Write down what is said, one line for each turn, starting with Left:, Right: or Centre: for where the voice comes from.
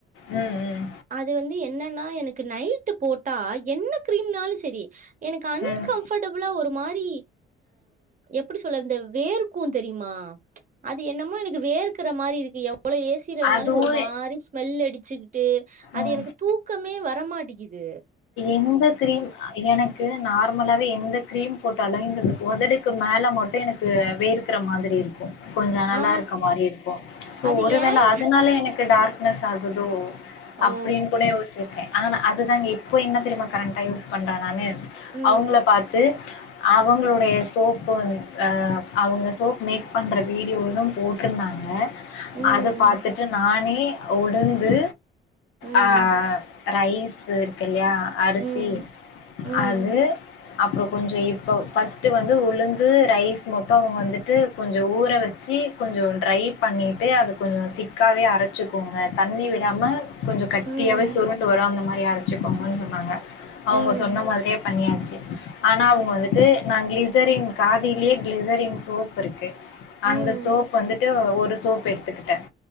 Left: உம் உம்
Right: அது வந்து என்னன்னா எனக்கு நைட்டு போட்டா என்ன கிரீம்னாலும் சேரி எனக்கு அன்கம்பர்டபிளா
Left: ம்
Right: ஒரு மாரி எப்படி சொல்லர்து வேர்க்ம் தெரியுமா அது என்னமோ எனக்கு வேர்க்குற மாரி இருக்கு எவ்வ இ்ல்ல ஏசியில இருந்தாலும்
Left: அதுவு
Right: ஒரு மாரி ஸ்மெல் அடிச்சுக்கிட்டு அது
Left: ம்
Right: எனக்கு தூக்கமே வரமாட்டேக்குது
Left: எந்த கிரீம் எனக்கு க்கு நார்மலாவவே எந்த கிரீம் போட்டாலும் இந்த உதடுக்கு மேல மட்டும் எனக்கு வேர்க்குற மாதிரி இருக்கும் கொஞ்சே நல்லா
Right: ஆ
Left: இருக்க மாரி இருக்கும் சோ
Right: அது
Left: ஒரு வேளை
Right: ஏன்
Left: அதனால எனக்கு டார்க் <unintelligible> ஆகுதோ
Right: ஓ!
Left: அப்டின்னு கூட யோசிச்சிருக்கேன் ஆனா அதுதாங்க இப்போ என்ன தெரியுமா கரண்டா யூஸ் பண்றேன் நானு
Right: ம்,
Left: அவுங்கள பாத்து அவுங்களுடைய சோப்பு வந் அவுங்க சோப் மேக் பண்ற வீடியோசும் போட்டுருந்தாங்க
Right: ம்,
Left: அத பாத்துட்டு நானே உளுந்து
Right: ம்,
Left: ஆஹ் ரைஸ்சு இல்லயா அரிசி
Right: ம், ம், ம்,
Left: அது அப்றோ கொஞ்சே இப்ப ஃபர்ஸ்ட் வந்து உளுந்து ரைஸ் மட்டும் அவுங்க வந்துட்டு கொஞ்சே ஊற வச்சு கொஞ்சே ட்ரை பண்ணிட்டு அது கொஞ்சே திக்காவே அரைச்சுக்கோங்க தண்ணி விடாம கொஞ்சே கட்டியாவே
Right: ம்,
Left: சுருண்டு வரும் அந்த மாரி ஆ வச்சிக்கோங்கனு சொன்னாங்க
Right: ம்,
Left: அவுங்க சொன்ன மாதிரியே பண்ணியாச்சு ஆனா அவுங்க வந்துட்டு நாங்களே கிளிஸரின் காதிலே கிளிஸரின் சோப் இருக்கு
Right: ம்,
Left: அந்த சோப் வந்துட்டு ஒரு சோப் எடுத்துக்கிட்டன்